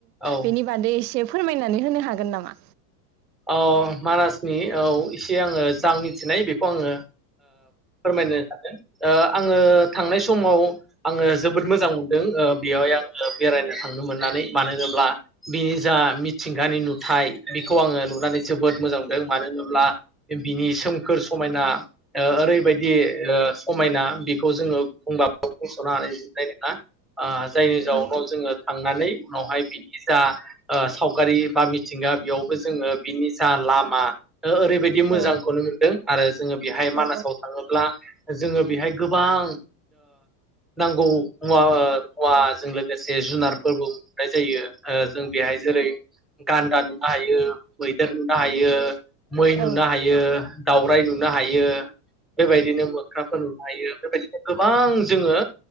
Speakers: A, in the centre; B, on the right.
A: औ
B: बेनि बादै एसे फोरमायनानै होनो हागोन नामा?
A: अ मानासनि औ एसे आङो जा मिथिनाय बेखौ आङो फोरमायनो सानदों आङो थांनाय समाव आङो जोबोद मोजां मोनदों बेवहाय आङो बेरायनो थांनो मोननानै मानो होनोब्ला बिनि जा मिथिंगानि नुथाय बेखौ आङो नु नानै जोबोद मोजांनुदों मानो होनोब्ला बिनि सोमखोर समायना ओरैबायदि समायना बेखौ जोङो बुंबाबो बुंसनो हानाय जोबनाय नङा जायनि जाउनाव
B: औ
A: जोङो थांनानै उनावहाय बिनि जा सावगारि बा मिथिंगा बेयावबो जोङो बिनि जा लामा ओरैबायदि मोजांखौनो
B: औ
A: मोनदों आरो जोङो बेहाय
B: औ
A: मानासाव थाङोब्ला जोङो बेहाय गोबां नांगौ मुवा मुवाजों लोगोसे जुनारफोरबो नुनाय जायो जों बेहाय जेरै गान्दा नुनो हायो मैदेर नुनो हायो मै नुनो
B: औ
A: हायो दावराइ नुनो हायो बेबायदिनो मोख्राफोर नुनो हायो बेबायदिनो गोबां जोङो